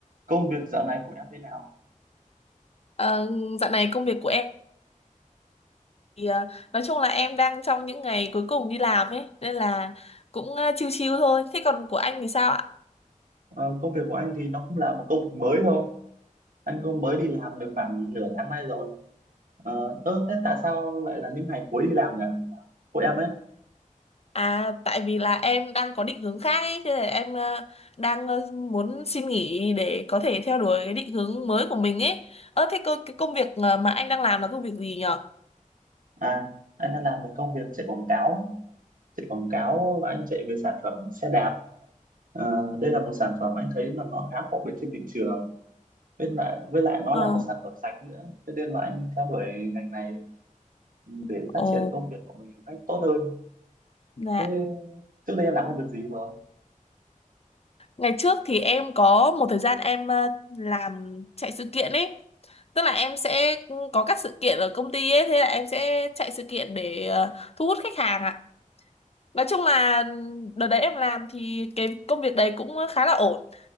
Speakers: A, on the right; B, on the left.
A: công việc dạo này của em thế nào
B: Ờ, dạo này công việc của em thì ờ, nói chung là em đang trong những ngày cuối cùng đi làm ấy nên là cũng ờ, chill chill thôi. Thế còn của anh thì sao ạ?
A: Ờ, công việc của anh thì nó cũng là một công việc mới thôi anh cũng mới đi làm được khoảng nửa tháng nay rồi ờ, ơ thế tại sao lại là những ngày cuối đi làm nhỉ của em ấy
B: À tại vì là em đang có định hướng khác ấy, thế là em ờ, đang ờ, muốn xin nghỉ để có thể theo đuổi cái định hướng mới của mình ấy. Ơ thế cô, cái công việc ờ, mà anh đang làm là công việc gì nhở?
A: à anh đang làm một công việc chạy quảng cáo ấy. chạy quảng cáo và anh chạy về sản phẩm xe đạp Ờ, đây là một sản phẩm anh thấy là nó khá phổ biến trên thị trường với lại với lại nó
B: Ờ,
A: là một sản phẩm sạch nữa thế nên là anh theo đuổi ngành này để phát
B: ồ,
A: triển công việc của mình một cách tốt hơn
B: dạ.
A: thế trước đây em làm công việc gì rồi
B: Ngày trước thì em có một thời gian em ờ, làm chạy sự kiện ấy. Tức là em sẽ có các sự kiện ở công ty ấy, thế là em sẽ chạy sự kiện để ờ, thu hút khách hàng ạ. Nói chung là đợt đấy em làm thì cái công việc đấy cũng khá là ổn.